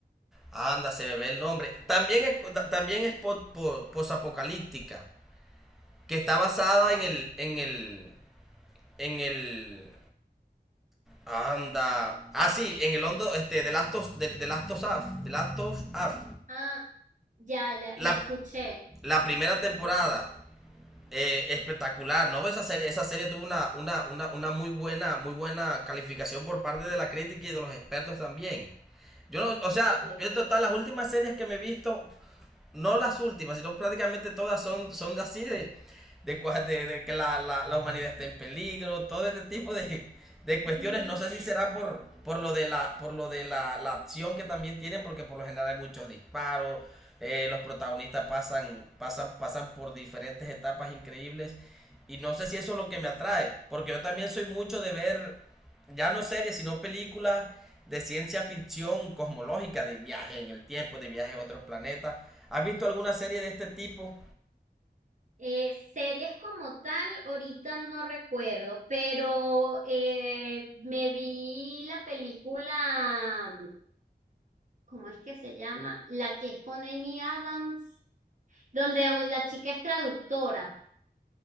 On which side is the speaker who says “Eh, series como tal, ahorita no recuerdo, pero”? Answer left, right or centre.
Right